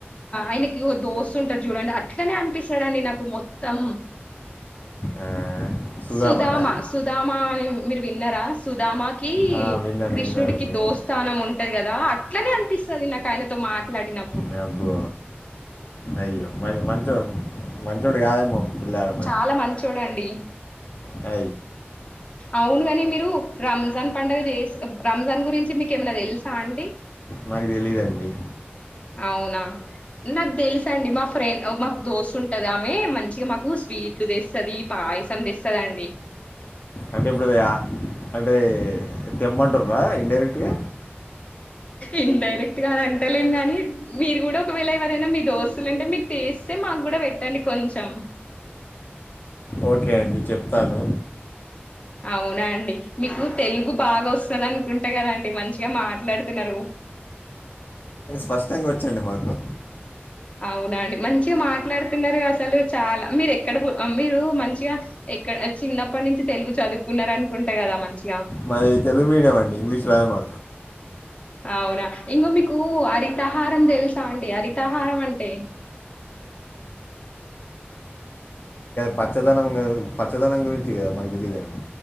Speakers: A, on the left; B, on the left.
A: ఆయనకి దోస్తు ఉంటారు చూడండి అట్లనే అనిపిస్తాడండి నాకు మొత్తం
B: ఆ, సుధామానా
A: సుధామా సుధామా అని మీరు విన్నారా సుధామా
B: ఆ, విన్నాను
A: కృష్ణుడికి
B: విన్నానండి
A: దోస్థానం ఉంటది కదా అట్లనే అనిపిస్తది నాకు ఆయనతో మాట్లాడిన
B: డబ్బు అయ్యో మ మంచోడు మంచొడు కాదేమో పిల్లాడు
A: చాల మంచూడండి
B: అ
A: అవును గాని మీరు రామ్ రంజాన్ పండగ చేస్త రంజాన్ గురించి మీకేమైనా తెలుసా అండి
B: మాకి తెలిదండి
A: అవునా నాకు తెల్ అండి మా ఫ్రెండ్ మాకు దోస్తు ఉంటది ఆమె మంచిగా మాకు స్వీట్లు తెస్తుంది పాయసం తెస్తుంది అది
B: అంటే ఇప్పుడు అంటే తెమ్మంటుార ఇండైరెక్ట్గా
A: ఇన్ డైరెక్ట్ కాని అంటలేం కాగానీ మీరు కూడా ఒకవేళ ఎవరైనా మీ దోస్తులు అంటే మీకు చేస్తే మాకు కూడా పెట్టండి కొంచెం
B: ఓకే అండి చెప్తాను
A: అవునా అండి మీకు తెలుగు బాగా వస్తుంది అనుకుంటే కదండి మంచిగా మట్ మాట్లాడుతునారు
B: ఫస్ట్ టైం వచ్చండి మాకు
A: అవునండి మంచిగా మాట్లాడుతున్నారు అసలు చాలా మీరు ఎక్కడ మీరు మంచిగా ఇక్కడ చిన్నప్పటి నుంచి తెలుగు చదువుకున్నార అనుకుంటా కదా మంచిగా
B: మాది తెలుగు మీడియం అండి ఇంగ్లీష్ రాదు మా
A: అవునా ఇంగ మీకు హరితాహారం తెలుసా అండి హరితాహారం అంటే
B: పచ్చదనం పచ్చదనం గురించి కదా మాకు తెలీదండి